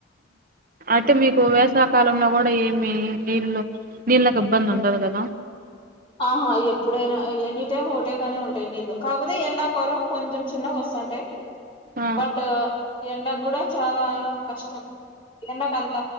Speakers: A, on the right; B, on the left.
A: అయితే మీకు వేసవి కాలంలో కూడా ఏమి నీళ్లు నీళ్లకు ఇబ్బంది ఉండదు కదా
B: ఆహా ఎప్పుడైనా ఎనీ టైమ్ ఒకటేగానే ఉంటాయి నీళ్ళు కాకపోతే ఎండాకాలం కొంచెం చిన్నగా వస్తుంటాయి.
A: ఆ
B: బట్ ఎండకు కూడా చాలా కష్టం ఎండకంత